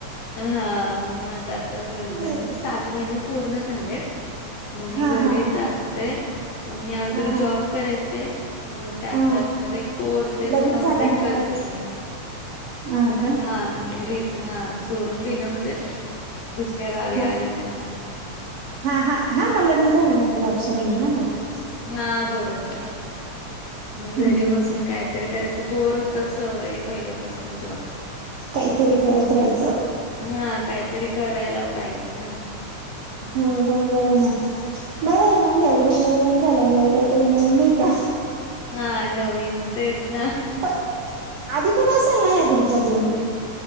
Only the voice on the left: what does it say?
हा माझं आत्ताच लग्न झालं
म्हणजे सात महिने पूर्ण झाले. मग मी
घरीच
असतें. मी अगदर
जॉब करायचे मग त्यातलाच
माझा एक कोर्स आहे
तो कम्प्लीट
करतेय मी
हा मी हा सोडून दिलं म्हणजे दुसऱ्या गावी
आल्या त्यामुळे
हा बरोबर मग
घरी बसून कायतरी करायचं बोर होता सवय आहे पहिल्यापासून जॉब
हा काहीतरी करायला पाहिजे ना.
हा नवीन तेच ना